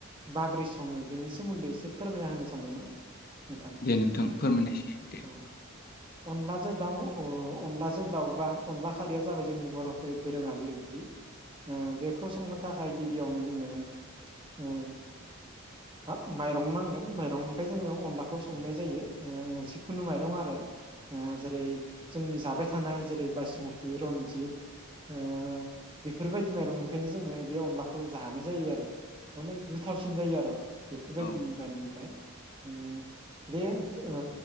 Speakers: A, on the right; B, on the left.
A: माब्रै सङो बेनि सोमोनदै एसे फोरमायना होनो सानदोंमोन नोंथां
B: दे नोंथां फोरमायनायसाय दे
A: औ अनलाजों दाउ ओ अनलाजों दाउबा अनला खारिया जाबाय जोंनि बर'फोर दोरोङारि ओंख्रि ओ बेखौ संनो थाखाय गिबियावनो जोङो ओ हाब माइरं नांगोन माइरंनिफ्राय जोङो अनलाखौ संनाय
B: औ
A: जायो ओ जिखुनु माइरं आरो ओ जेरै जोंनि जाबाय थानाय थानाय जेरै बायासमुति रनजित ओ बेफोरबायदि माइरंनिफ्रायनो जोङो बे अनलाखौ जानाय जायो आरो माने गोथावसिन जायो आरो बेफोरबायदि
B: औ
A: माइरंनिफ्राय ओ बे ओ